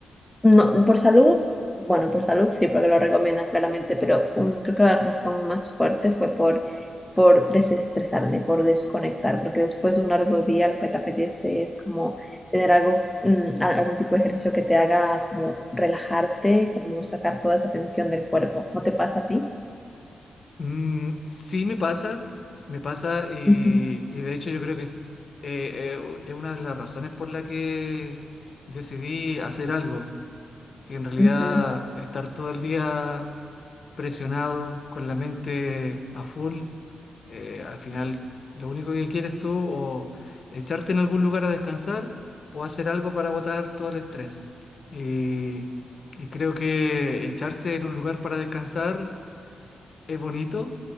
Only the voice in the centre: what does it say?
no, por salud, bueno, por salud sí, porque lo recomiendan claramente, pero un- creo que la razón más fuerte fue por, por desestresarme, por desconectar, porque después de un largo día lo que te apetece es como tener algo, mm, a- algún tipo de ejercicio que te haga como relajarte, como sacar toda esa tensión del cuerpo. ¿No te pasa a ti?
Ujú,
ujú.